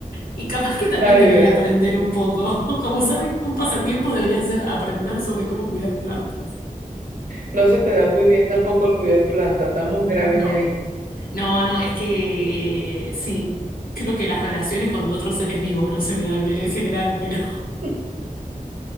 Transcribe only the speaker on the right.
Ay,
Dios.
No se te da muy bien tampoco el cuidar planta, estamos graves
ya ahí.
<laughs>